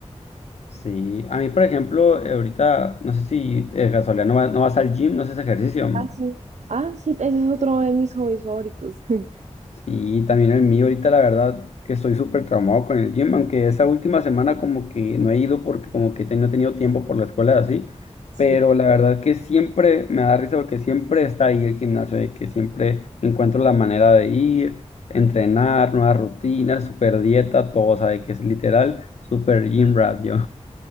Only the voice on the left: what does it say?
Sí, a mí, por ejemplo, eh, ahorita, no sé si de casualidad no, va- no vas al gym, no haces ejercicio.
Sí, también el mío, ahorita la verdad que estoy súper traumado con el gym, aunque esa última semana como que no he ido porque como que te- no he tenido tiempo por la escuela y así,
pero la verdad que siempre me da risa porque siempre está ahí el gimnasio, de que siempre encuentro la manera de ir, entrenar, nuevas rutinas, super dieta, todo, o sea, de que es literal, super gym rat yo.